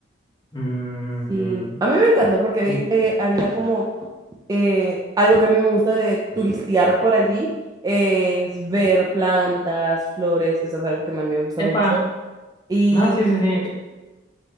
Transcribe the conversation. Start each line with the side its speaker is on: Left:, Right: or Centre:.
Left: Mm,
Right: Sí, a mí me encantó porque
Left: y,
Right: eh, había como eh, algo que a mí me gusta de turistear por allí, eh, es ver plantas, flores, eso es algo que a mí me gusta
Left: epa,
Right: mucho. Y,
Left: no, sí, sí, sí,